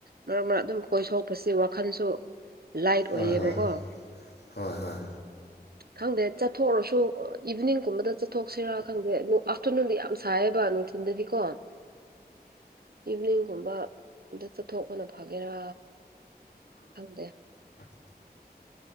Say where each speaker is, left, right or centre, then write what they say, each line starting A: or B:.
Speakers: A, on the right (about 65°); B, on the left (about 80°).
A: ꯃꯔꯛ ꯃꯔꯛ ꯑꯗꯨꯝ ꯀꯣꯏ ꯁꯣꯛꯄꯁꯤ ꯋꯥꯈꯜꯁꯨ ꯂꯥꯏꯠ
B: ꯍꯣꯏ
A: ꯑꯣꯏꯌꯦꯕꯀꯣ
B: ꯍꯣꯏ
A: ꯑ
B: ꯍꯣꯏ ꯍꯣꯏ
A: ꯈꯪꯗꯦ ꯆꯠꯊꯣꯛꯔꯁꯨ ꯏꯚꯤꯅꯤꯡꯒꯨꯝꯕꯗ ꯆꯠꯊꯣꯛꯁꯤꯔꯥ ꯈꯪꯗꯦ ꯑꯗꯨ ꯑꯥꯐꯇꯔꯅꯨꯟꯗ ꯌꯥꯝ ꯁꯥꯏꯌꯦꯕ ꯊꯤꯟꯗꯗꯤꯀꯣ ꯏꯚꯤꯅꯤꯡꯒꯨꯝꯕꯗ ꯆꯠꯊꯣꯛꯄꯅ ꯐꯒꯦꯔꯥ ꯈꯪꯗꯦ